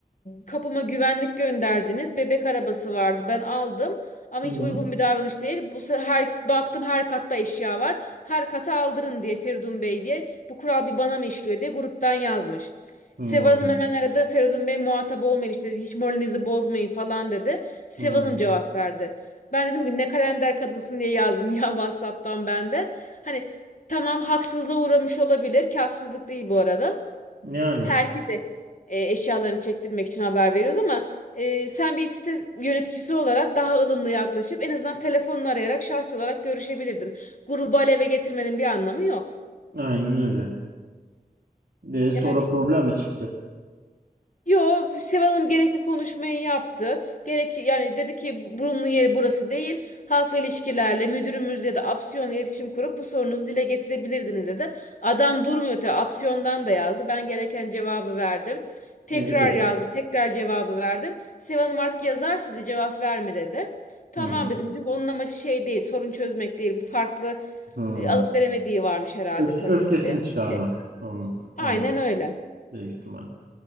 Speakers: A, on the left; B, on the right.
A: kapıma güvenlik gönderdiniz. Bebek arabası vardı ben aldım ama
B: Hı.
A: hiç uygun bir davranış değil. Bu sefer her, baktım her katta eşya var. Her kata aldırın diye Feridun Bey diye bu kural bir bana mı işliyor diye gruptan yazmış.
B: Hı.
A: Seval Hanım hemen aradı. Feridun Bey muhatap olmayın işte hiç moralinizi bozmayın falan dedi. Seval
B: Hı.
A: Hanım cevap verdi. Ben dedim ki ne kalender kadınsın diye yazdım ya <laughs> WhatsApp'tan ben de. Hani tamam haksızlığa uğramış olabilir ki haksızlık değil bu arada.
B: Yani
A: Herkese e, eşyalarını çektirmek için haber veriyoruz ama e, sen bir site yöneticisi olarak daha ılımlı yaklaşıp en azından telefonla arayarak şahsi olarak görüşebilirdin. Grubu aleve getirmenin bir anlamı yok.
B: aynen öyle. E, sonra
A: Yani
B: problem mi çıktı?
A: Yo, Seval Hanım gerekli konuşmayı yaptı. Gerek yani dedi ki burunlu yeri burası değil. Halkla ilişkilerle müdürümüz ya da Apsiyon'la iletişim kurup bu sorunuzu dile getirebilirdiniz dedi. Adam durmuyor tabii Apsiyon'dan da yazdı. Ben gereken cevabı verdim. Tekrar
B: Ne? Yok.
A: yazdı, tekrar cevabı verdim. Seval Hanım artık yazarsa da cevap verme dedi. Tamam
B: Hı.
A: dedim çünkü onun amacı şey değil, sorun çözmek değil. Bu farklı
B: Hı.
A: e, alıp veremediği varmış herhalde
B: Öfke,
A: tabii.
B: öfkesini çıkarmak.
A: E,
B: Onun,
A: Aynen
B: ama
A: öyle.
B: büyük ihtimal.